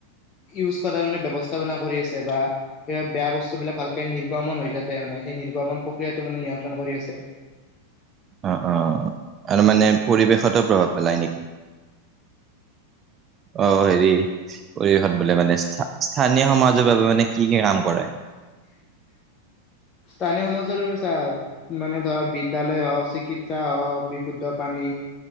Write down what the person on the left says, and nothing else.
ইউজ কৰাৰ মানে ব্যৱস্থাপনা কৰি আছে বা সেই বেয়া বস্তুবিলাক ভালকে নিৰ্গমন হৈ যাতে মানে সেই নিৰ্গমন প্ৰক্ৰিয়াটো মানে নিয়ন্ত্ৰণ কৰি আছে।
স্থানীয় সমাজৰ চা মানে ধৰ বিদ্যালয় হওঁক, চিকিৎসা হওক। বিশুদ্ধ পানী